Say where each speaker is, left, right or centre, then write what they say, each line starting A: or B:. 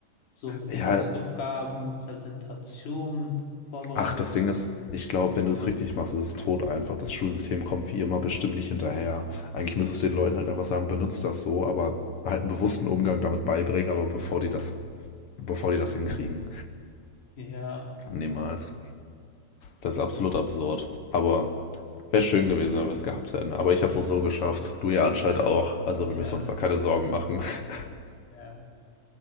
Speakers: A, on the left (about 75°); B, on the left (about 55°).
A: So mit
B: Ja,
A: Hausaufgaben, Präsentationen vorbereiten.
B: Ach, das Ding ist, ich glaube, wenn du es richtig machst, ist es tot einfach. Das Schulsystem kommt wie immer bestimmt nicht hinterher. Eigentlich müsstest du den Leuten halt einfach sagen, benutzt das so, aber halt einen bewussten Umgang damit beibringen, aber bevor die das, bevor die das hinkriegen.
A: Ja,
B: Niemals. Das ist absolut absurd. Aber wäre schön gewesen, wenn wir es gehabt hätten. Aber ich habe es auch so geschafft. Du ja anscheinend auch. Also
A: ja.
B: wir müssen uns da keine Sorgen machen. <laughs>
A: Ja.